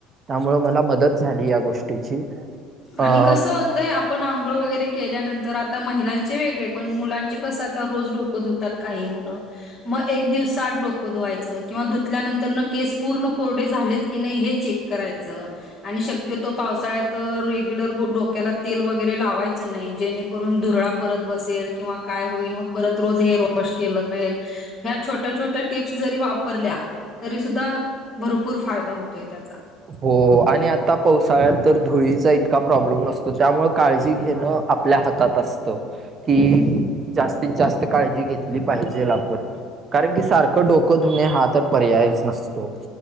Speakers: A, on the right; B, on the left.
A: त्यामुळेळ मला मदत झाली. या गोष्टीची अ
B: आणि कसं हो आपण आंघोळ वगैरे केल्यानंतर आता महिलांचे वेगळे पण मुलांचे कसं आता रोज डोकत होत. धुतात काही मुलं मग एक दिवसठ डोकं धुवायचं किंवा धुतल्यानंतर केस पूर्ण कोरडे झालेत. की नाही हे चेक करायच आणि शक्यतो पावसाळ्यात रेगुलर डोक्याला तेल वगैरे लावायचं नाही जेणेकरून धुराळा परत बसेल किंवा काय होईल मग परत रोज हेअर वॉश केलं पाहिजे ह्या छोट्या छोट्या टिप्स जरी वापरल्या तरी सुद्धा भरपूर फायदा होतोय त्याचा
A: हो आणि आता पावसाळ्यात तर धुळीचा इतका प्रॉब्लेम नसतो त्यामुळे काळजी घेणं आपल्या हातात असत कि
B: हम्म
A: जास्तीत जास्त काळजी घेतली पाहिजेल आपण कारण की सारखं डोकं धुणे हा तर पर्यायच नसतो